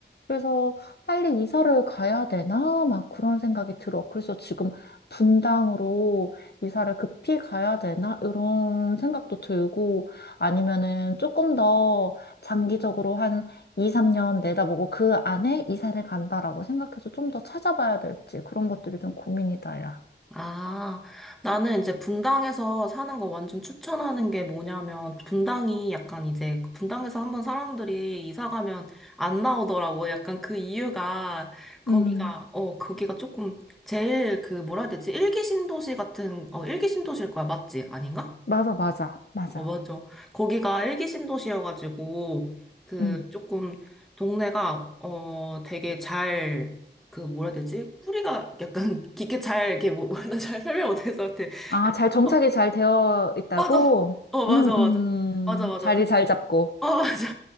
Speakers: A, on the left; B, in the centre.
A: 그래서 빨리 이사를 가야 되나? 막 그런 생각이 들어. 그래서 지금 분당으로 이사를 급히 가야 되나? 이런 생각도 들고 아니면은 조금 더 장기적으로 한 2, 3년 내다보고 그 안에 이사를 간다라고 생각해서 좀 더 찾아봐야 될지 그런 것들이 좀 고민이다, 야.
B: 아, 나는 이제 분당에서 사는 거 완전 추천하는 게 뭐냐면, 분당이 약간 이제, 분당에서 한번 사람들이 이사 가면 안 나오더라고. 약간 그 이유가, 거기가,
A: 음,
B: 어, 거기가 조금, 제일 그, 뭐라 해야 되지? 일기 신도시 같은, 어, 일기 신도시일 거야, 맞지? 아닌가?
A: 맞아, 맞아, 맞아.
B: 어, 맞아. 거기가 일기 신도시여가지고, 그,
A: 음.
B: 조금, 동네가, 어, 되게 잘, 그, 뭐라 해야 되지? 뿌리가 약간 <laughs> 깊게 잘, 이렇게, 뭐, <laughs> 나잘 설명 못해서, 이게 약간-
A: 아, 잘 정착이
B: 어,
A: 잘 되어 있다고?
B: 맞아. 어, 맞아,
A: 음,
B: 맞아.
A: 음,
B: 맞아, 맞아.
A: 자리
B: 그,
A: 잘 잡고.
B: 어, 맞아.